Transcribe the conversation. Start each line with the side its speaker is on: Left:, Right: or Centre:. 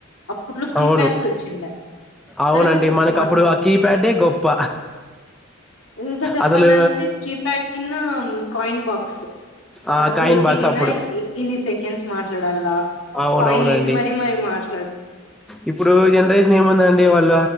Left: అప్పుట్లో కీప్యాడ్స్
Centre: అవును
Left: వచ్చిండే
Centre: అవునండి
Left: తర్వాత ఇప్పుడు
Centre: మనకు
Left: స్మార్ట్
Centre: అప్పుడు
Left: ఫోన్స్.
Centre: ఆ కీప్యాడే గొప్ప
Left: ఇంకా చెప్పాలంటే
Centre: అసలు
Left: కీప్యాడ్ కిన్నా మ్మ్ కాయిన్ బాక్స్
Centre: ఆ
Left: అదేతి
Centre: కాయిన్ బాక్స్
Left: గినా
Centre: అప్పుడు
Left: ఇన్ని సెకెండ్స్ మా లడల్లా
Centre: అవునవునండి
Left: కాయిన్ వేసి మరీ మరి మాట్
Centre: ఇప్పుడు జనరేషన్ ఏముందండి వాళ్ళ